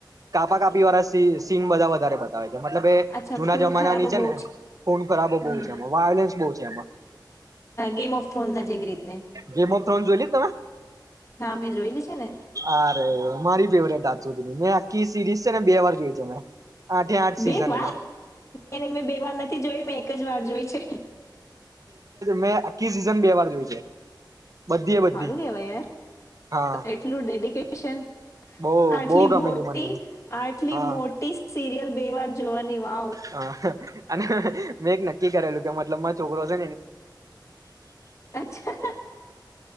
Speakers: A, on the right; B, on the left.
A: કાપા કાપી વાળા સી સીન બધા વધારે બતાવે મતલબ એ
B: અચ્છા
A: જુના
B: ખૂન
A: જમાના
B: ખરાબો
A: ની છે,
B: બહુ
A: ને ફોન ખરાબો
B: હમ
A: બહુ છે, એમાં વાયોલન્સ બહુ છે, એમાં
B: ગેમ ઓફ જેવી રીતને
A: ગેમ ઓફ થ્રોન જોઈ લી તમે
B: હા મેં જોયેલી છે, ને
A: અરે મારી ફેવરેટ હજ સુધી મે આી સિરીઝ છે, ને બે વાર જોય છે. આઠે આઠ સિઝન
B: બે વાર
A: એના
B: મેં બે વાર નથી જોય મેં એક જ વાર જોઈ છે.
A: મે આખી સીઝન બે વાર જોય છે. બધી એ બધી
B: સારું કેવાય યાર
A: હા
B: એટલું ડેડિકેશન
A: બહુ
B: આટલી
A: બહુ ગમેલી
B: મોટી
A: મને
B: આટલી
A: હા
B: મોટી સિરિયલ બે વાર જોવાની વાવ
A: હા <unintelligible> મેં એક નક્કી કરેલું કે મતલબ મા છોકરો છે.
B: અચ્છા